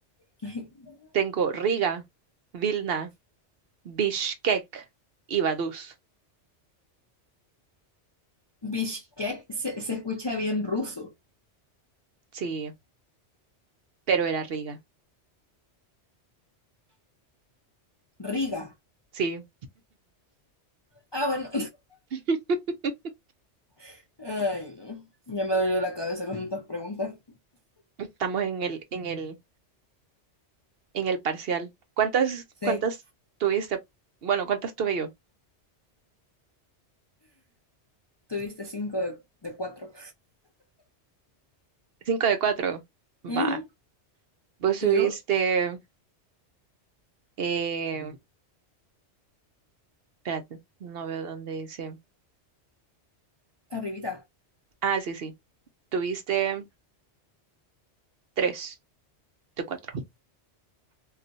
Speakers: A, on the left; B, on the right.
A: <laughs>
B: Tengo Riga, Vilna, Bishkek y Vaduz.
A: Bishkek se, se escucha bien ruso.
B: Sí, pero era Riga.
A: Riga.
B: Sí,
A: Ah, bueno.
B: <laughs>
A: <laughs> Ay, no. Ya me dolió la cabeza con tantas preguntas.
B: estamos en el, en el, en el parcial. ¿Cuántas,
A: Sí,
B: cuántas tuviste? Bueno, ¿cuántas tuve yo?
A: tuviste cinco de, de cuatro.
B: Cinco de cuatro. Va.
A: Ujú.
B: Vos
A: Y
B: tuviste.
A: yo,
B: eh, Espérate, no veo dónde dice.
A: arribita.
B: Ah, sí, sí. Tuviste tres de cuatro.